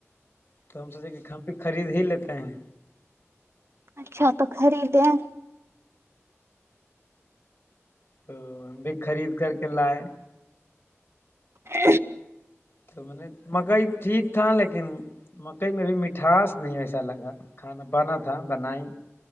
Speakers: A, on the left (about 45°); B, on the right (about 60°).
A: تو ہم سوچے کہ ہم بھی خرید ہی لیتے ہیں
B: اچھا تو خریدیں
A: تو ہم بھی خرید کر کے لائے
B: ہ
A: تو میں نے مکئی ٹھیک تھا لیکن مکئی میں بھی مٹھاس نہیں ویسا لگا کھانا بانا تھا بنائی